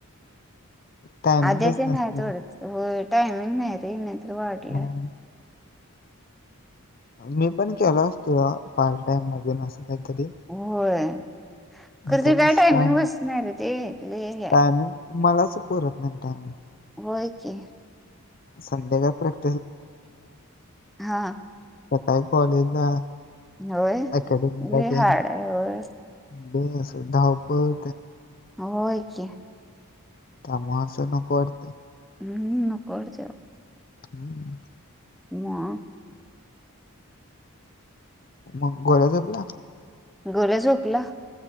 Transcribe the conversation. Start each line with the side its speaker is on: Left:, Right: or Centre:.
Left: टायमिंगच
Centre: आध्याच नाही
Left: नसते.
Centre: थोडंच हो टायमिंग नाही रे नाही तर वाढला.
Left: हां. मी पण केल असतो, पार्ट टाइम मधून असं काहीतरी
Centre: होय खरं
Left: खरंच
Centre: ते काय टायमिंग
Left: टाईम
Centre: बसत नाय गं ते, हे होतय.
Left: टायमिंग मलाच पुरत नाय टाइमिंग.
Centre: व्हय की.
Left: संध्याकाळच.
Centre: हा
Left: सकाळी कॉलेज ला
Centre: होय
Left: अकॅडमी मध्ये,
Centre: लय हार्ड आहे होय
Left: हो असं धावपळ
Centre: होय की,
Left: त्यामुळे असं नको वाटतंय.
Centre: हम्म नको वाटतंय.
Left: हम्म
Centre: वा <unintelligible>
Left: मग गोळ्या <unintelligible>
Centre: गोल्या झोपला.